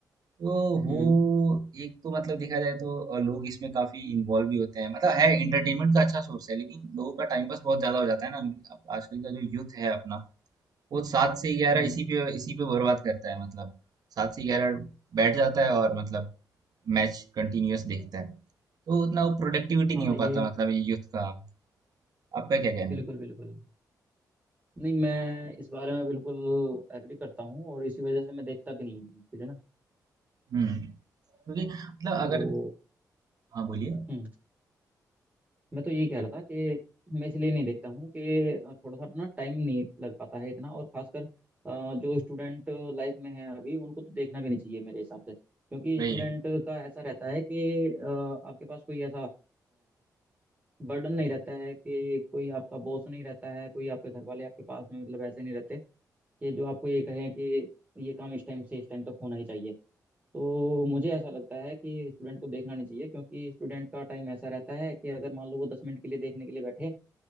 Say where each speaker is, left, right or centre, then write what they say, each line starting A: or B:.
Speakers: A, on the right; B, on the right.
A: तो वो
B: हम्म
A: एक तो मतलब देखा जाए तो अ, लोग इसमें काफी इन्वॉल्व भी होते हैं मतलब है एंटरटेनमेंट का अच्छा सोर्स है लेकिन लोगों का टाइम पास बहुत ज्यादा हो जाता है ना अब आजकल का जो यूथ है अपना वो सात से ग्यारह
B: हम्म
A: इसी पे इसी पे बर्बाद करता है मतलब सात से ग्यारह बैठ जाता है और मतलब मैच कंटिन्यूअस देखता है तो उतना वो प्रोडक्टिविटी नहीं
B: हाँ
A: हो
B: ये
A: पाता मतलब ये यूथ का आपका क्या कहना
B: बिल्कुल
A: है?
B: बिल्कुल नहीं मैं इस बारे में बिल्कुल एग्री करता हूँ और इसी वजह से मैं देखता भी नहीं हूँ actually ना
A: हम्म क्योंकि मतलब
B: तो
A: अगर हाँ बोलिए
B: हम्म मैं तो ये कह रहा था कि मैं इसलिए नहीं देखता हूँ कि थोड़ा सा ना टाइम नहीं लग पाता है इतना और खासकर अ, जो स्टूडेंट लाइफ में है अभी उनको तो देखना भी नहीं चाहिए मेरे हिसाब से क्योंकि
A: वही
B: स्टूडेंट का ऐसा रहता है कि अ, आपके पास कोई ऐसा बर्डन नहीं रहता है कि कोई आपका बॉस नहीं रहता है कोई आपके घर वाले आपके पास में मतलब ऐसे नहीं रहते कि जो आपको ये कहें कि ये काम इस टाइम से इस टाइम तक होना ही चाहिए तो मुझे ऐसा लगता है कि स्टूडेंट को देखना नहीं चाहिए क्योंकि स्टूडेंट का टाइम ऐसा रहता है कि अगर मान लो वो दस मिनट के लिए देखने के लिए बैठे